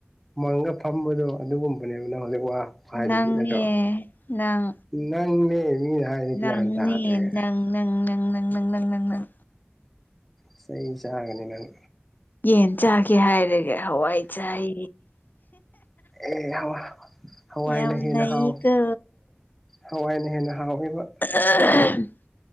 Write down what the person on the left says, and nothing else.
ꯅꯪꯅꯦ
ꯅꯪ
ꯅꯪꯅꯦ
ꯅꯪ ꯅꯪ ꯅꯪ ꯅꯪ ꯅꯪ ꯅꯪ ꯅꯪ ꯅꯪ
ꯌꯦꯟ ꯆꯥꯒꯦ ꯍꯥꯏꯔꯒ ꯍꯋꯥꯏ ꯆꯥꯏ
ꯌꯥꯝ
ꯅ
ꯀ
ꯑ